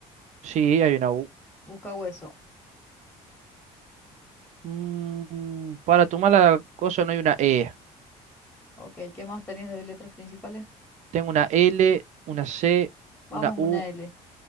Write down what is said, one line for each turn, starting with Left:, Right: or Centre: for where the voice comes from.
Right: Sí, hay una U.
Left: Busca hueso.
Right: Mm, para tu mala cosa no hay una E.
Left: Ok, ¿qué más tenías de letras principales?
Right: Tengo una L, una C,
Left: Vamos,
Right: una U.
Left: una L.